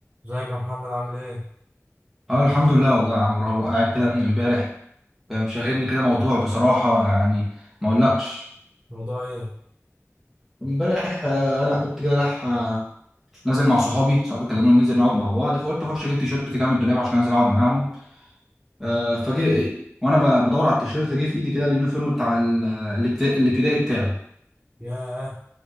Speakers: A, on the right; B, in the centre.
A: ازيك يا محمد عامل ايه؟
B: اه الحمد لله والله يا عمرو اهو قاعد كده من امبارح مشغلني كده موضوع بصراحة يعني ما اقولكش
A: الموضوع ايه؟
B: امبارح آه، انا كنت كده رايح آه، نازل مع صحابي صحابي كلموني ننزل نقعد مع بعض فقلت اخش اجيب تيشيرت كده من الدولاب عشان انزل اقعد معاهم آه، فجي وانا ب- بدور على التيشيرت جه في ايدي كده اليونيفورم بتاع ال- الابت- الابتدائي بتاعي
A: ياه